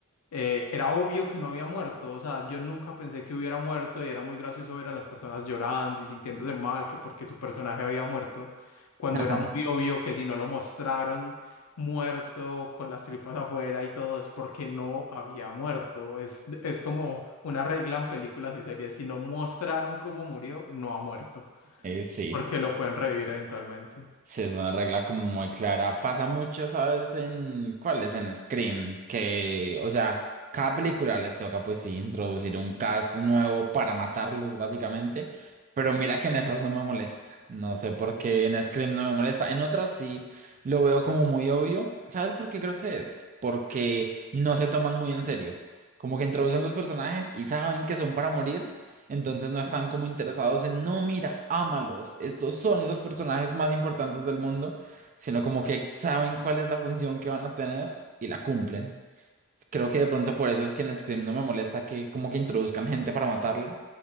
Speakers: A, on the left; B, on the right.
A: eh, era obvio que no había muerto, o sea, yo nunca pensé que hubiera muerto y era muy gracioso ver a las personas llorando y sintiéndose mal que porque su personaje había muerto, cuando
B: <laughs>
A: era muy obvio que si no lo mostraron muerto con las tripas afuera y todo, es porque no había muerto. Es, es como una regla en películas y series, si no mostraron cómo murió, no ha muerto,
B: Sí.
A: porque lo pueden revivir eventualmente.
B: Sí, es una regla como muy clara. Pasa mucho, ¿sabes? En cuáles en Scream, que, o sea, cada película les toca, pues sí, introducir un cast nuevo para matarlos, básicamente. Pero mira que en esas no me molesta. No sé por qué en Scream no me molesta. En otras sí lo veo como muy obvio. ¿Sabes por qué creo que es? Porque no se toman muy en serio. Como que introducen los personajes y saben que son para morir. Entonces no están como interesados en, no, mira, ámalos, estos son los personajes más importantes del mundo, sino como que saben cuál es la función que van a tener y la cumplen. Creo que de pronto por eso es que en Scream no me molesta que como que introduzcan gente para matarla,